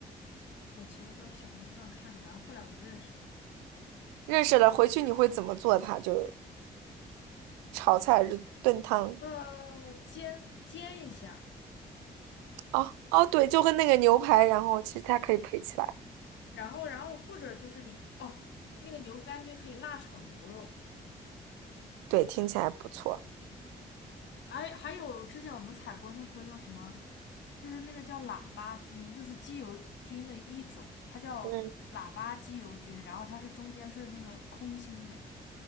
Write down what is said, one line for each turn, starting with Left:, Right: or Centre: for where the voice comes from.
Left: 我其实都是小红书上看的，然后后来我就认识了。
Right: 认识了回去你会怎么做它？就是炒菜还是炖汤？
Left: 呃，煎煎一下，
Right: 哦哦，对，就跟那个牛排，然后其实它可以配起来，
Left: 然后然后或者就是你哦，那个牛肝菌可以辣炒牛肉。
Right: 对，听起来不错。
Left: 还还有之前我们采过那个叫什么，就是那个叫喇叭菌，就是鸡油菌的一种，它叫喇叭鸡油菌，
Right: 嗯。
Left: 然后它是中间是那个空心的，